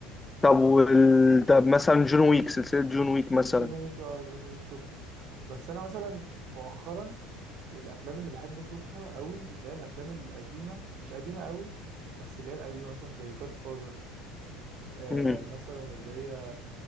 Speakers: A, on the left; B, on the right.
A: طب وال... طب مثلا جون ويك سلسله جون ويك مثلا
B: جون ويك اه جون ويك شفته بس انا مثلا مؤخرا الافلام اللي بحب اشوفها قوي اللي هي الافلام القديمه مش قديمه قوي بس اللي هي القديمه مثلا زي جاد فازر آه
A: امم
B: مثلا اللي هي